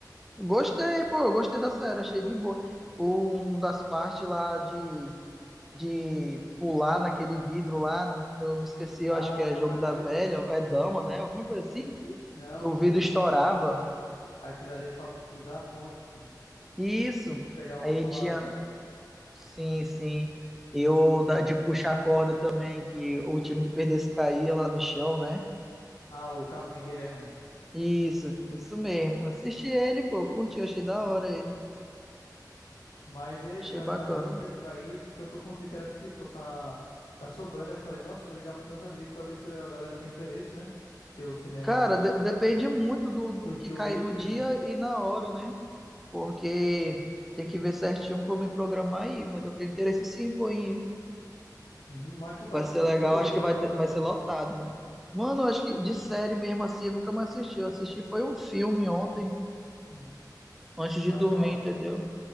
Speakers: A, in the centre; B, on the left.
A: Gostei, pô, eu gostei da série, achei de boa. O, um das partes lá de, de pular naquele vidro lá, no- eu me esqueci, eu
B: Ah,
A: acho que é jogo
B: tá.
A: da
B: eu- eu-
A: velha, é dama, né? Alguma coisa assim,
B: e não,
A: que o
B: pô,
A: vidro estourava.
B: é, aquilo ali é pra cruzar a ponte, pô.
A: Isso.
B: Tem que chegar ao
A: Aí
B: outro
A: tinha.
B: lado lá da ponte.
A: Sim, sim. Eu da- de puxar a corda também, que o time que perdesse caía lá no chão, né?
B: Ah, o cabo de guerra.
A: Isso, isso mesmo. Assisti ele, pô, eu curti, achei da hora ele.
B: Mas e aí,
A: Achei
B: tu vai
A: bacana.
B: estar livre pra ir? Porque eu tô com os ingressos aqui, pô, tá, tá sobrando. Aí Eu falei, nossa, vou ligar pros meus amigos pra ver se a galera tem interesse, né? Que o cinema
A: Cara, de- depende muito do, do
B: sorteou
A: que cair
B: e eu
A: no
B: peguei.
A: dia e na hora, né? Porque tem que ver certinho pra eu me programar aí, mas eu tenho interesse sim, pô, em ir.
B: Uhum, Mas tu tá
A: Vai
B: assistindo
A: ser legal,
B: o que
A: acho
B: por
A: que
B: agora,
A: vai, ter- vai
B: não?
A: ser lotado, né? Mano, acho que de série mesmo assim, eu nunca mais assisti. Eu assisti foi um filme ontem,
B: Uhum.
A: antes de
B: Mas
A: dormir,
B: qual?
A: entendeu?